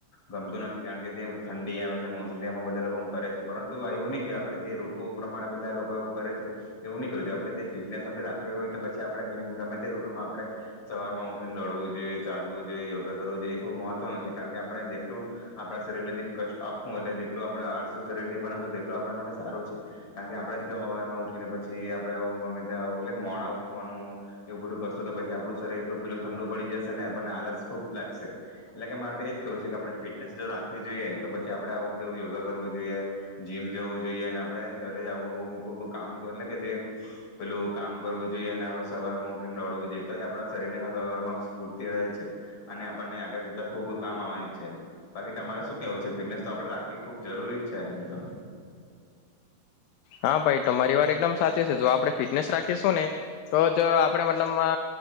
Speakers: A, on the left; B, on the left.
A: ગમતું નથી કારણ કે જે ઠંડી આવે છે મોસ્ટલી એમાં બધા લોકો કરે છે પરંતુ એવું નહી કે આપડે જે ઋતુ પ્રમાણે બધા લોકો એવું કરે છે એવું નહીં કરવું આપડે જે ફિટનેસ આપ રાખવી હોય તો પછી આપણેે ગમે તે ઋતુમાં આપણે સવારમાં ઉઠીને દોડવું જોઈએ ચાલવું જો યોગા કરવું જોઈએ એ ખુબ મહત્વનું છે કારણ કે આપણે જેટલું આપણા શરીરને જે કષ્ટ આપવું એટલે જેટલું આપડ આળસું શરીર ની બનાવશું તેટલું આપણા માટે સારું છે કારણ કે આપણેે જો હવામાં ઉઠીને પછી આપણે ગમે ત્યાં એટલે મોડા ઉઠવાનું એવું બધું કરશું તો પછી આપડું શરીર એટલું પેલું ઠંડુ પડી જશે ને આપણને આલસ- ખૂબ લાગશે એટલે કે માટેરે એજ કેવું છે કે આપણે ફિટનેસ જો રાખવી જોઈએ તો પછી આપડે આવું બધું યોગા કરવું જોઈએ જીમ જવું જોઈએ અને આપણેે જ ઘરે જ આવું ખુબ કામ એટલે કે જે પેલું કામ કરવું જોઈએ અને આપણે સવાર માં ઉઠીને દોડવું જોઈએ તો આપણા શરીર ને સવારમાં સ્ફૂર્તિ રહે છે અને આપણને આગળ જતા ખૂબ કામ આવવાની છે બાકી તમારે શું કેવું છે ફિટનેસ તો આપણે રાખવી ખૂબ જરૂરી જ છે એમ તો
B: હા ભાઈ તમારી વાર એકદમ સાચી છે જો આપણે ફિટનેસ રાખીશું ને તો જ આપણે મતલબ અ